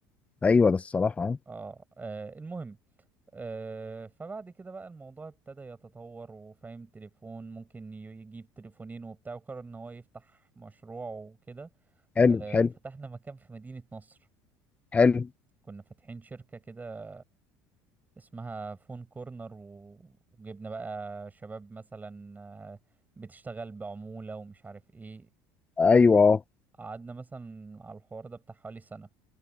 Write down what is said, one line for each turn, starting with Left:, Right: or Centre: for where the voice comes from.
Left: أيوه ده الصراحة آه.
Right: اه آه، المهم آه فبعد كده بقى الموضوع ابتدى يتطور وفاهم تليفون ممكن ي- يجيب تليفونين وبتاع وقرر ان هو يفتح مشروع وكده
Left: حلو
Right: آه
Left: حلو
Right: فتحنا مكان في مدينة نصر
Left: حلو
Right: كنا فاتحين شركة كده اسمها فون كورنر و- وجبنا بقى شباب مثلا آه، بتشتغل بعمولة ومش عارف ايه
Left: أيوه
Right: قعدنا مثلا على الحوار ده بتاع حوالي سنة